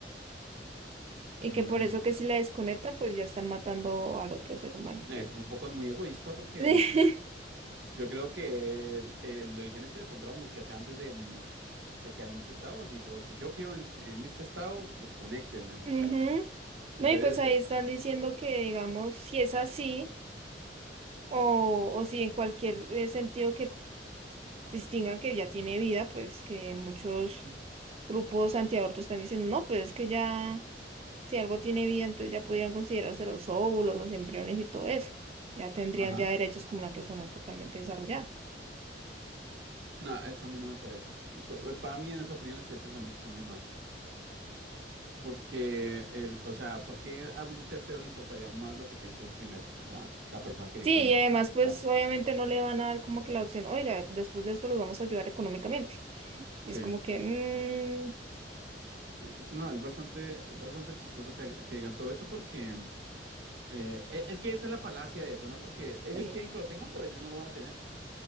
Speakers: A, on the right; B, on the right.
A: Y
B: Mm,
A: que por eso que si la desconectan, pues ya están matando al otro ser humano. entonces.
B: Es un poco muy egoísta porque
A: <laughs>
B: yo creo que el- el- lo dicen eso de pronto la muchacha antes de, mm, de quedar en ese estado dijo, si yo quedo en, en este estado, desconéctenme, muchachos.
A: Sí. Ujú. No,
B: Entonces,
A: y pues ahí
B: eh,
A: están diciendo que, digamos, si es así, o, o si en cualquier eh, sentido que distingan que ya tiene vida, pues que muchos grupos antiaborto están diciendo, no, pues es que ya, si algo tiene vida, entonces ya podrían considerarse los óvulos, los embriones y todo eso. Ya tendrían
B: ajá.
A: ya derechos como una persona totalmente desarrollada.
B: No, eso a mí no me parece. Eso, eh, para mí, en esa opinión, ese pensamiento está muy mal. Porque, es, o sea, ¿por qué a un tercero le importaría más lo que piense un primero? O sea, la persona que directamente
A: Sí, y además,
B: está afectada.
A: pues obviamente no le van a dar como que la opción, oiga, después de esto los vamos a ayudar económicamente. Y
B: Sí,
A: Es como que, mmm,
B: es- no, es bastante, es bastante chistoso que, que digan todo eso porque eh, e- es que esa es la falacia de eso, ¿no? Porque ellos
A: Sí.
B: quieren que lo tengan, pero ellos no lo van a tener. O